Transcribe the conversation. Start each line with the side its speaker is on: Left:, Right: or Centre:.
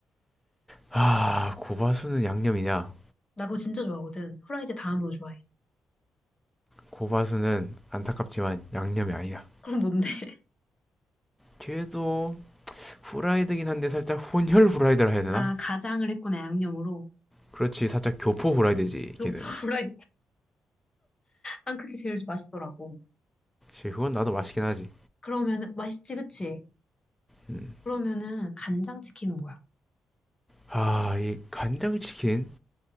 Centre: 아 고바순은 양념이냐
Left: 나 그거 진짜 좋아하거든. 후라이드 다음으로 좋아해.
Centre: 고바수는 안타깝지만 양념이 아니야.
Left: 그럼 뭔데? <laughs>
Centre: 걔도 후라이드긴 한데 살짝 혼혈 후라이드라 해야 되나?
Left: 아, 가장을 했구나, 양념으로.
Centre: 그렇지 살짝 교포 후라이드지
Left: 요
Centre: 걔는.
Left: <laughs> 후라이드. 난 그게 제일 맛있더라고.
Centre: 그건 나도 맛있긴 하지.
Left: 그러면은, 맛있지, 그치?
Centre: 음.
Left: 그러면은, 간장치킨은 뭐야?
Centre: 아, 이 간장치킨?